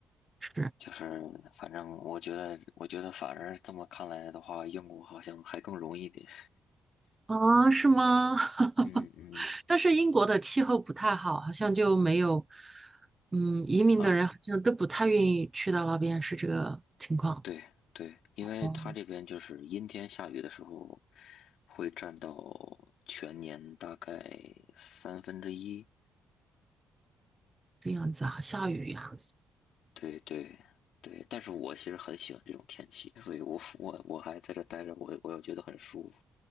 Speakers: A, on the right; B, on the left.
A: 是
B: 就是反正我觉得，我觉得反而这么看来的话，英国好像还更容易一点。
A: 啊，是吗？<laughs>
B: 嗯嗯
A: 但是英国的气候不太好，好像就没有，嗯，移民的人好像都不太愿意去到那边，
B: 啊，
A: 是这个情况。
B: 对对，因为它这边就是阴天下雨的时候，
A: 哦，
B: 会占到全年大概三分之一。
A: 这样子啊，下雨呀、
B: 对对对，但是我其实很喜欢这种天气，所以我我我还在这待着，我我也觉得很舒服，